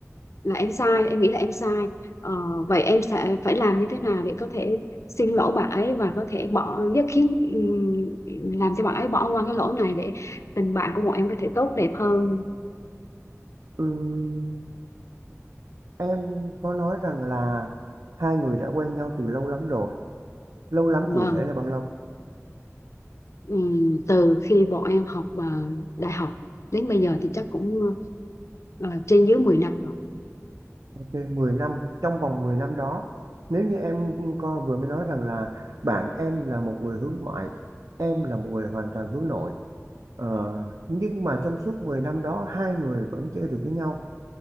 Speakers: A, on the left; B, on the right.
A: là em sai em nghĩ là em sai Ờ, vậy em sẽ phải làm như thế nào để có thể xin lỗi bạn ấy và có thể bỏ giúp khiến ừm, làm cho bạn ấy bỏ qua cái lỗi này để tình bạn của bọn em có thể tốt đẹp hơn
B: Ừm, em có nói rằng là hai người đã quen nhau từ lâu lắm rồi lâu lắm
A: mà
B: cụ thể là bao lâu
A: ừm, từ khi bọn em học ờ, đại học đến bây giờ thì chắc cũng ờ, ờ, trên dưới 10 năm rồi
B: thì 10 năm trong vòng 10 năm đó nếu như em coi vừa mới nói rằng là bạn em là một người hướng ngoại em là một người hoàn toàn hướng nội Ờ, nhưng mà trong suốt 10 năm đó hai người vẫn chơi được với nhau